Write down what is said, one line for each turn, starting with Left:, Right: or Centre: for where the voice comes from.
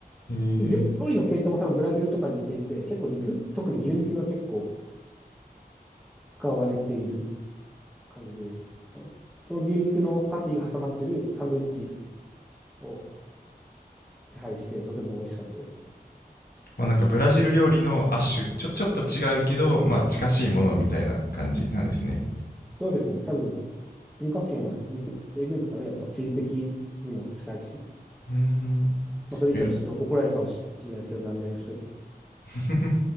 Left: へえ
Centre: でも料料理の系統も多分ブラジルとかに似ていて、結構肉、特に牛肉が結構使われている感じですね。その牛肉のパティが挟まってるサンドイッチを手配して、とても美味しかったです。
Left: まあなんかブラジル料理の亜種ちょちょっと違うけどまあ近しいものみたいな感じなんですね
Centre: そうですね。多分文化圏は似ているんですかね。やっぱ地理的にも近いし。
Left: うーん
Centre: まあ、それ言ったらちょっと怒られるかもしれないですけど、
Left: いろ
Centre: 南米の人に。
Left: <laughs>